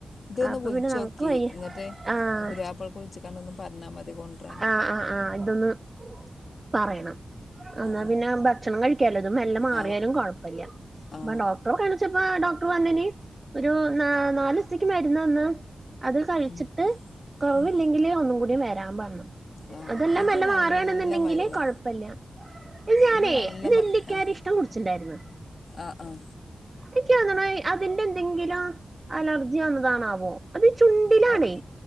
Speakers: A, on the left; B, on the right.
A: ഇതൊന്ന്
B: അപ്പൊ
A: ഒഴിച്ച്
B: പിന്നെ നമുക്ക്
A: നോക്കിയേ
B: വയ്യ
A: ഇങ്ങട്ട്
B: ആഹ്
A: പുതിയാപ്പള ഒഴിച്ച് ഒന്ന് പറഞ്ഞാൽ മതി കൊണ്ട് വരാന്
B: ആഹ് ആഹ് ആഹ് ഇതൊന്ന് പറയണം എന്നാ
A: ആ
B: പിന്നെ ഭക്ഷണം കഴിക്കാല്ലോ അതും മെല്ല മാറിയാലും
A: ആ
B: കുഴപ്പമില്ല
A: ആ
B: അപ്പ ഡോക്ടറെ കാണിച്ചപ്പോ ഡോക്ടർ വന്നിന് ഒരു നാല് ദിവസത്തേക്ക് മരുന്ന് തന്ന് അത് കഴിച്ചിട്ട്
A: ഉം
B: കുറവില്ലെങ്കില്
A: ഉം
B: ഒന്നും കൂടി വരാൻ പറഞ്ഞു
A: ആ
B: അതെല്ലാം
A: ഇത്
B: മെല്ല
A: നല്ല
B: മാറുവാണെന്നുണ്ടെങ്കിൽ
A: മരുന്നാ
B: കൊഴപ്പമില്ല ഈ ഞാനേ
A: ഇത് നല്ല
B: നെല്ലിക്ക
A: മ ആ
B: അരിഷ്‌ടം കുടിച്ചിട്ടുണ്ടായിരുന്നു
A: ആ ആ
B: എനിക്ക് തോന്നണെ അതിൻ്റെ എന്തെങ്കിലും അലർജി വന്നതാണാവോ അത് ചുണ്ടിലാണേ
A: ആഹ്